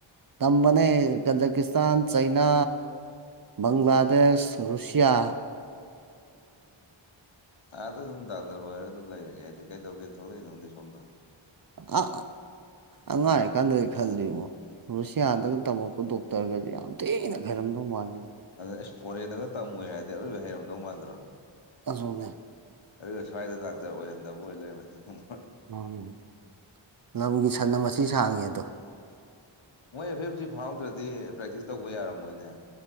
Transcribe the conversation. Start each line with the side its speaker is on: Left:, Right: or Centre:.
Right: ꯇꯝꯕꯅꯦ ꯀꯖꯀꯤꯁꯇꯥꯟ ꯆꯩꯅꯥ ꯕꯪꯒ꯭ꯂꯥꯗꯦꯁ ꯔꯨꯁꯤꯌꯥ
Left: ꯑꯥꯗ ꯑꯗꯨꯝ ꯗꯥꯛꯇꯔ ꯑꯣꯏꯔꯒ ꯑꯗꯨꯝ ꯂꯩꯔꯒꯦ ꯍꯥꯏꯗꯤ ꯀꯩꯗꯧꯒꯦꯅ ꯊꯣꯛꯂꯛꯏꯅꯣꯪꯗꯤ ꯁꯣꯝꯗꯣ
Right: ꯑ ꯑ ꯑꯉꯥꯡ ꯑ ꯀꯥꯟꯗ ꯈꯜꯂꯤꯕꯣ ꯔꯨꯁꯤꯌꯥꯗꯒ ꯇꯝꯃꯛꯄ ꯗꯣꯛꯇꯔꯒꯁ ꯌꯥꯝ ꯇꯇꯩꯅ ꯐꯔꯝꯗꯧ ꯃꯥꯗ
Left: ꯑꯗꯨꯅ ꯑꯦꯁ ꯐꯣꯔꯦꯟꯗꯒ ꯇꯝꯃꯣꯏ ꯍꯥꯏꯔꯗꯤ ꯑꯔꯣꯏꯕ ꯍꯩꯔꯝꯗꯧ ꯃꯥꯟꯗ꯭ꯔꯣ
Right: ꯑꯗꯨꯅꯦ
Left: ꯑꯗꯨꯒ ꯁ꯭ꯋꯥꯏꯗ ꯗꯥꯛꯇꯔ ꯑꯣꯏꯍꯟꯗꯕ ꯑꯣꯏ ꯂꯩꯔ ꯃꯇꯝ
Right: ꯎꯝ ꯂꯝꯒꯤ ꯁꯠꯅ ꯃꯆꯤ ꯁꯥꯡꯉꯦ ꯑꯗꯣ
Left: ꯃꯣꯏꯐꯦꯁꯤ ꯐꯥꯎꯗ꯭ꯔꯗꯤ ꯄ꯭ꯔꯦꯛꯇꯤꯁ ꯇꯧꯕ ꯌꯥꯔꯝꯃꯣꯏꯅꯦ